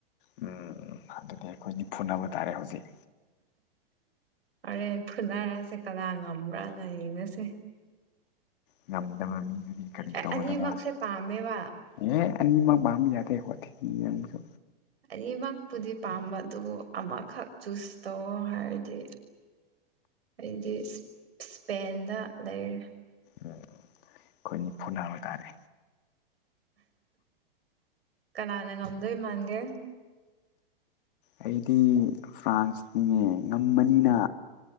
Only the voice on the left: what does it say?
ꯎꯝ ꯑꯗꯨꯗꯤ ꯑꯩꯈꯣꯏꯅꯤ ꯐꯨꯅꯕ ꯇꯥꯔꯦ ꯍꯧꯖꯤꯛ
ꯉꯝꯗꯕ ꯃꯤꯗꯨꯗꯤ ꯀꯔꯤ
ꯇꯧꯒꯗꯕ
ꯌꯦ ꯑꯅꯤꯃꯛ ꯃꯥꯝ ꯌꯥꯗꯦ ꯑꯈꯣꯢꯗꯤ ꯌꯦꯡꯕꯁꯨ
ꯎꯝ ꯑꯈꯣꯏꯅꯤ ꯐꯨꯅꯕ ꯇꯥꯔꯦ
ꯑꯩꯗꯤ ꯈ꯭ꯔꯥꯡꯁꯅꯤꯅꯦ ꯉꯝꯃꯅꯤꯅ